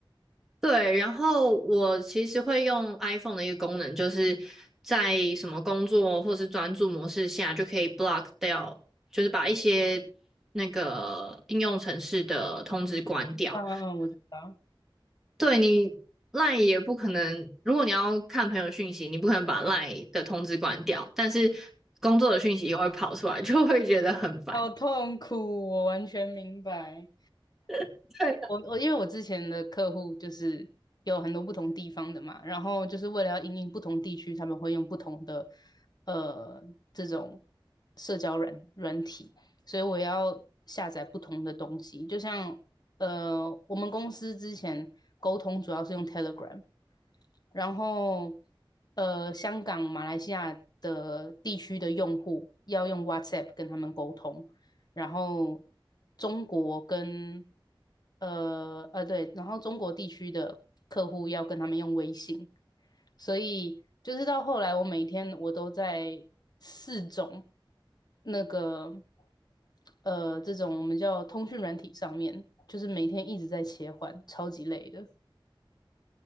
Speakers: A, in the centre; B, on the left.
A: 对，然后我其实会用 iPhone 的一个功能，就是在什么工作或是专注模式下，就可以 block 掉，就是把一些那个应用程式的通知关掉。
B: 嗯嗯，我知道。
A: 对你 LINE 也不可能，如果你要看朋友讯息，你不可能把 LINE 的通知关掉，但是工作的讯息又会跑出来，就会觉得很烦
B: 好痛苦，我完全明白。
A: <laughs>。对，
B: 我我因为我之前的客户就是有很多不同地方的嘛，然后就是为了要因应不同地区，他们会用不同的呃这种社交软软体，所以我要下载不同的东西。就像呃我们公司之前沟通主要是用 Telegram，然后呃，香港、马来西亚的地区的用户要用 WhatsApp 跟他们沟通，然后中国跟呃呃对，然后中国地区的客户要跟他们用微信，所以就是到后来，我每天我都在四种那个呃这种我们叫通讯软体上面，就是每天一直在切换，超级累的。